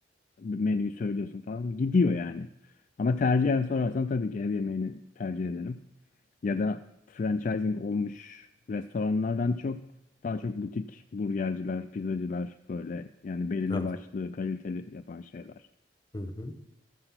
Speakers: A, on the left; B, on the left.
A: menüyü söylüyorsun falan gidiyor yani. Ama tercihen sorarsan tabii ki ev yemeğini tercih ederim. Ya da franchising olmuş restoranlardan çok daha çok butik burgerciler, pizzacılar böyle yani belirli
B: Rav.
A: başlı kaliteli yapan şeyler.
B: Hı hı.